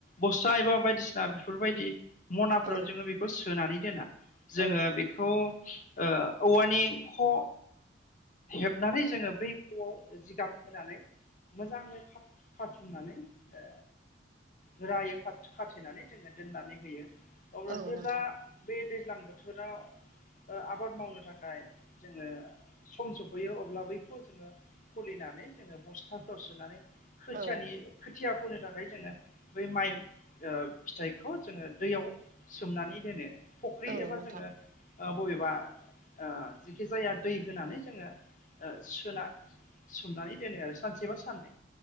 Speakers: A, on the left; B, on the right.
A: बसथा एबा बायदिसिना बेफोरबायदि। मनाफोराव
B: औ
A: जोङो बेखौ सोनानै दोना
B: औ
A: जोङो बेखौ। ओ औवानि ख हेबनानै जोङो बै खआव जिगाब होनानै मोजाङै थाब खाथुमनानै ओ गोरायै खाथे खाथेनानै जोङो दोननानै होयो अब्ला
B: औ
A: जेब्ला
B: नोंथां
A: बे दैज्लां बोथोराव ओ आबाद मावनो थाखाय जोङो सम सफैयो अब्ला बैखौ जोङो खुलिनानै जोङो बस्थाफोराव सोनानै खोथियानि
B: औ
A: खोथिया फोनो थाखाय जोङो बै माइ ओ फिथाइखौ जोङो दैयाव सोमनानै दोनो फख्रि
B: औ
A: एबा
B: नोंथां
A: जोङो ओ बबेबा ओ जिखि जाया दै होनानै जोङो ओ सोना सोमनानै दोनो आरो सानसे बा साननै